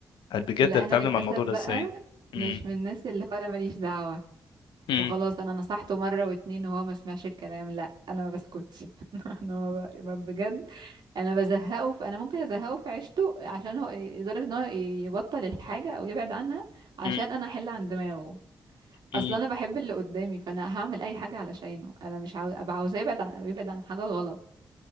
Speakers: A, on the left (about 85°); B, on the right (about 70°).
A: هل بجد
B: لا
A: هتتعامل
B: انا للاسف
A: مع الموضوع ده
B: بقى
A: ازاي امم
B: مش من الناس اللي هو انا ماليش دعوة
A: امم
B: وخلاص انا نصحته مرة واتنين وهو ما سمعش الكلام لا انا ما بسكتش <laughs> انا ما ب... ما بجد انا بزهقه فانا ممكن ازهقه في عيشته عشان هو لدرجه ان هو يبطل الحاجه او يبعد عنها عشان
A: امم
B: انا احل عن دماغه
A: امم
B: اصلا انا بحب اللي قدامي فانا هعمل اي حاجه علشانه انا مش عاوز ابقى عاوزاه يبعد عن أو يبعد عن حاجه غلط